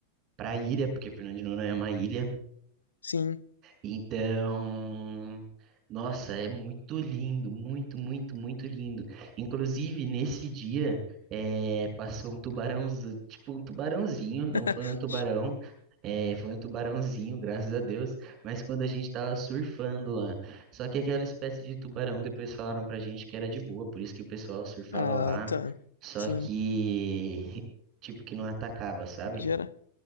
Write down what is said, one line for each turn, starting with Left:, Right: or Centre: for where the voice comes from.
Right: para ilha, porque Fernando de Noronha é uma ilha.
Left: sim.
Right: Então, nossa, é muito lindo, muito, muito, muito lindo. Inclusive, nesse dia, eh, passou um tubarão, tipo um tubarãozinho, não
Left: <laughs>
Right: foi um tubarão,
Left: Chi-
Right: eh, foi um tubarãozinho, graças a Deus, mas quando a gente estava surfando lá. Só que aquela espécie de tubarão, depois falaram pra gente que era de boa, por isso que o pessoal surfava
Left: Ah,
Right: lá.
Left: tá.
Right: Só
Left: Sim.
Right: que, <laughs> tipo, que não atacava, sabe?
Left: Gera.